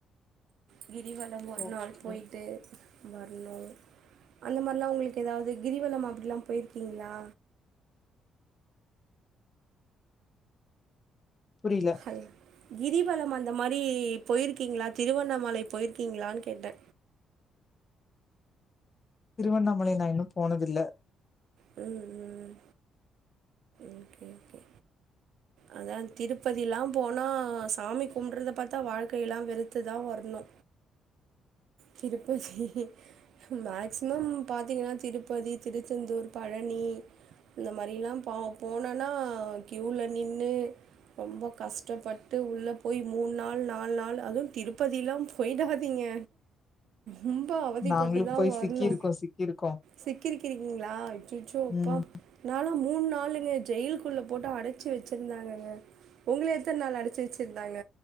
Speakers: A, on the right (about 75°); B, on the left (about 35°).
A: கிரிவலம் ஒரு
B: ஓகே
A: நாள் போயிட்டு வர்ணு அந்த மாரிலாம் உங்களுக்கு எதாவ்து கிரிவலம் அப்டிலாம் போயிருக்கீங்ளா
B: புரில
A: அல் கிரிவலம் அந்த மாரி போயிருக்கீங்ளா திருவண்ணாமலை போயிருக்கீங்ளான்னு கேட்டே
B: திருவண்ணாமலை நா இன்னும் போனதில்ல
A: ம் ம் ஓகே ஓகே அதான் திருப்பதிலாம் போனா சாமி கும்புட்றத பாத்தா வாழ்க்கையெல்லா வெறுத்து தான் வரணு திருப்பதி மேக்சிமம் பாத்தீங்கன்னா திருப்பதி, திருச்செந்தூர், பழனி இந்த மாரிலாம் பா போனன்னா கியூவ்ல நின்னு ரொம்ப கஷ்டப்பட்டு உள்ள போய் மூன் நாள் நால் நாள் அதுவும் திருப்பதிலாம் போயிடாதீங்க ரொம்ப அவதிப்பட்டுதான்
B: நாங்களு போய்
A: வர்ணு
B: சிக்கிருக்கோ சிக்கிருக்கோ
A: சிக்கிறிக்கிறிங்ளா அய்யய்ச்சோ அப்பா
B: ம்
A: நாலா மூன் நாளுங்க ஜெயில்க்குள்ள போட்டு அடச்சி வச்சிருந்தாங்கங்க உங்கள எத்தன் நாள் அடச்சி வச்சிருந்தாங்க